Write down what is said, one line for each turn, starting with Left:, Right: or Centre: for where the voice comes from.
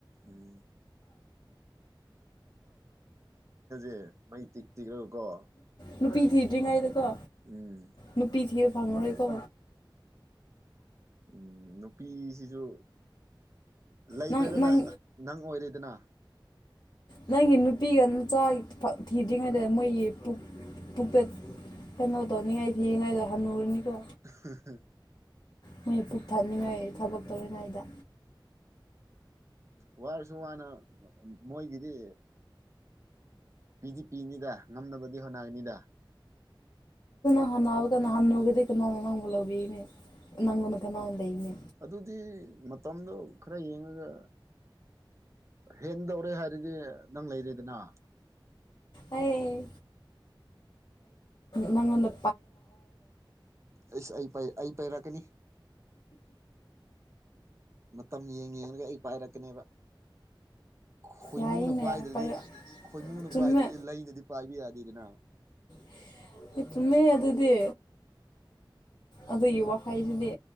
Right: ꯎꯝ ꯑꯦ ꯃꯩ ꯇꯤꯛ ꯇꯤꯛꯂꯒꯀꯣ
Left: ꯅꯨꯄꯤ ꯊꯤꯗ꯭ꯔꯤꯉꯩꯗꯀꯣ
Right: ꯎꯝ
Left: ꯅꯨꯄꯤ ꯊꯤꯕ ꯐꯪꯉꯧꯔꯣꯏꯀꯣ
Right: ꯎꯝ ꯅꯨꯄꯤꯁꯤꯁꯨ ꯂꯩꯗ꯭ꯔꯒꯅ
Left: ꯅꯪ ꯅꯪ
Right: ꯅꯪ ꯑꯣꯏꯔꯦꯗꯅ
Left: ꯅꯪꯒꯤ ꯅꯨꯄꯤ ꯒ ꯆꯥꯛ ꯐ ꯊꯤꯗ꯭ꯔꯤꯉꯩꯗ ꯃꯣꯏꯒꯤ ꯄꯨꯛ ꯄꯨꯛꯇ ꯀꯩꯅꯣ ꯇꯧꯅꯤꯉꯥꯏ ꯊꯤꯔꯤꯉꯥꯏꯗ ꯍꯥꯟꯅꯨꯔꯅꯤꯀꯣ
Right: ꯑꯍꯪ ꯍ
Left: ꯃꯣꯏ ꯄꯨꯛ ꯊꯟꯅꯤꯡꯉꯥꯏ ꯊꯕꯛ ꯇꯧꯔꯤꯉꯩꯗ
Right: ꯋꯥꯔꯁꯨ ꯋꯥꯅ ꯃꯣꯏꯒꯤꯗꯤ ꯄꯤꯗꯤ ꯄꯤꯅꯤꯗ ꯉꯝꯅꯕꯗꯤ ꯍꯣꯠꯅꯒꯅꯤꯗ
Left: ꯍꯣꯠꯅꯕꯗ ꯍꯟꯅꯨꯕꯗꯤ ꯀꯅꯥꯅꯣ ꯅꯪꯕꯨ ꯂꯧꯕꯤꯅꯦ ꯅꯪꯉꯣꯟ ꯀꯅꯥꯅ ꯂꯩꯅꯦ
Right: ꯑꯗꯨꯗꯤ ꯃꯇꯝꯗꯣ ꯈꯔ ꯌꯦꯡꯉꯒ ꯍꯦꯟꯗꯧꯔꯦ ꯍꯥꯏ ꯑꯗꯨꯗꯤ ꯅꯪ ꯂꯩꯔꯦꯗꯅ
Left: ꯑꯩ ꯅꯉꯣꯟꯗ
Right: ꯑꯩꯁ ꯑꯩ ꯄꯩꯔꯛꯀꯅꯤ ꯃꯇꯝ ꯌꯦꯡ ꯌꯦꯡꯉꯒ ꯑꯩ ꯄꯥꯏꯔꯛꯀꯅꯦꯕ ꯈꯣꯏꯃꯨꯅ
Left: ꯌꯥꯏꯅꯦ
Right: ꯄꯥꯏꯗ꯭ꯔꯗꯤ
Left: ꯄꯥꯏꯔ
Right: ꯈꯣꯏꯃꯨꯅ
Left: ꯆꯨꯝꯃꯦ
Right: ꯄꯥꯏꯗ꯭ꯔꯗꯤ ꯂꯩꯅꯗꯤ ꯄꯥꯏꯕ ꯌꯥꯗꯦꯗꯅ
Left: <unintelligible> ꯑꯗꯨꯗꯤ ꯑꯗꯨꯒꯤ ꯋꯥ ꯍꯥꯏꯕꯗꯤ